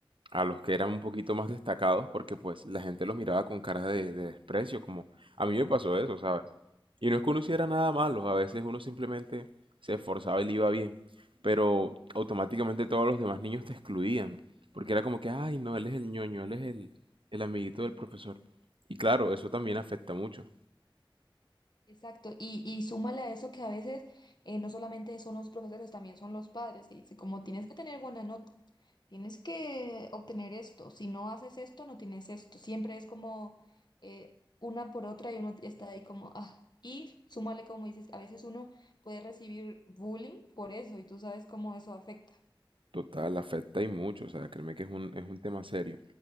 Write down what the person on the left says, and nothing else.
Exacto, y, y súmale a eso que a veces eh, no solamente son los profesores, también son los padres que dicen, como tienes que tener buena nota, tienes que obtener esto, si no haces esto, no tienes esto, siempre es como eh, una por otra y uno está ahí como, ah, y súmale como dices, a veces uno puede recibir bullying por eso y tú sabes cómo eso afecta.